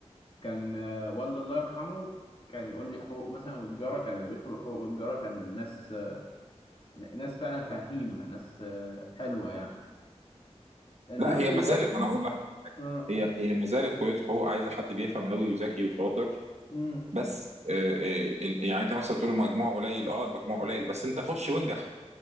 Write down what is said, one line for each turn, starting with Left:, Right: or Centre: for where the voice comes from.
Left: كان آه، والدي الله يرحمه كان يقول لي حقوق مثلا والجارة كان اللي بيدخل حقوق والجارة كان ناس آه، ناس فعلا فهيمة ناس آه، حلوة يعني انما
Right: لا هي
Left: دلوقتي
Right: ما زالت انا اقول لك
Left: اه
Right: هي هي ما زالت كليه حقوق عايزه حد بيفهم قوي وذكي وشاطر
Left: امم
Right: بس آه، آه، ال- يعني انت مثلا بتقول المجموع قليل اه المجموع قليل بس انت خش
Left: امم
Right: وانجح